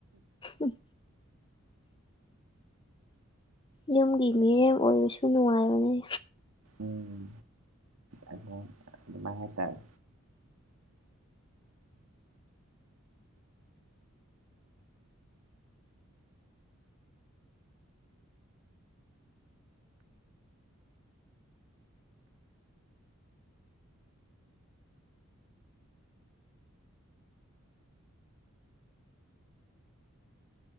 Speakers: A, on the left (about 25°); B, on the right (about 80°).
A: ꯎꯝ ꯌꯨꯝꯒꯤ ꯃꯤꯔꯦꯝ ꯑꯣꯏꯕꯁꯨ ꯅꯨꯡꯉꯥꯏꯕꯅꯤ
B: ꯎꯝ ꯑꯗꯨ ꯑꯗꯨꯃꯥꯏ ꯍꯥꯏ ꯇꯥꯔꯦ